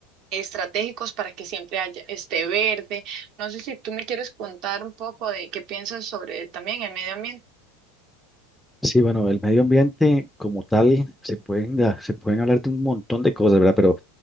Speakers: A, on the right; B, in the centre.
A: estratégicos para que siempre haya esté verde. No sé si tú me quieres contar un poco de qué piensas sobre también el medio ambiente.
B: Sí, bueno, el medio ambiente como tal, se pueden, da- se pueden hablar de un montón de cosas, ¿verdad? Pero